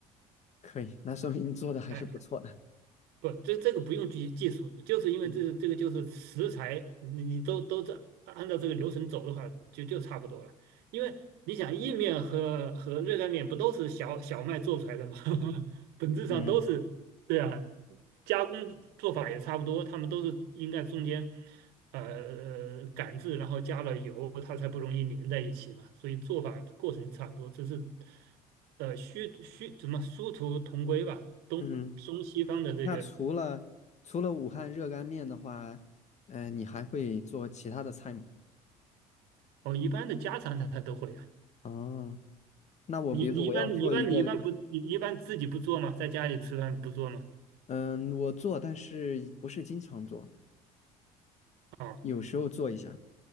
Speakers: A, on the left; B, on the right.
A: 可以，那说明你做的还是不错的。
B: 哎。不，这这个不用技技术，就是因为这这个就是食材，
A: 嗯
B: 你你都都这按照这个流程走的话，就就差不多了。因为你想意面和和热干面不都是小小麦做出来的吗？<laughs> 本质上都是，
A: 嗯
B: 对啊，加工做法也差不多，他们都是应该中间呃呃擀制，然后加了油，它才不容易粘在一起嘛。所以做法过程差不多，只是呃虚虚怎么殊途同归吧，东。
A: 嗯，
B: 中西方的这个
A: 那除了除了武汉热干面的话，呃，你还会做其他的菜吗？
B: 哦，一般的家常菜都会啊。
A: 哦，那我比如说我要做一个，
B: 你你一般你一般你一般不你一般自己不做吗？在家里吃饭不做吗？
A: 嗯，我做，但是不是经常做，
B: 啊，
A: 有时候做一下。